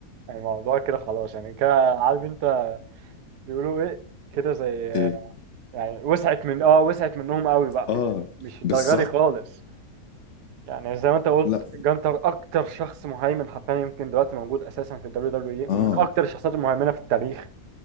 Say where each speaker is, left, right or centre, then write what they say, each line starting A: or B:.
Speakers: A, on the right (about 85°); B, on the left (about 60°).
A: الموضوع كده خلاص يعني كده عارف انت بيقولوا ايه كده زي
B: ايه
A: يعني وسعت من اه وسعت منهم قوي بقى
B: اه
A: يعني مش الدرجه
B: بالظبط
A: دي خالص يعني زي ما انت قلت
B: لا
A: جانتر اكتر شخص مهيمن حرفيا يمكن دلوقتي موجود اساسا في الدبليو دبليو اي
B: اه
A: ومن اكتر الشخصيات المهيمنه في التاريخ